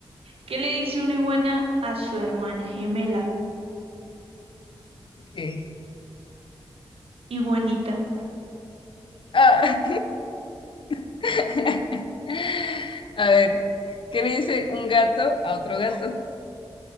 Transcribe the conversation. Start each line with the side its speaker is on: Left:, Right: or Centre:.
Right: ¿qué le dice una iguana a su hermana gemela?
Left: ¿Qué?
Right: Iguanita.
Left: Ah, <laughs> A ver, ¿qué le dice un gato a otro gato?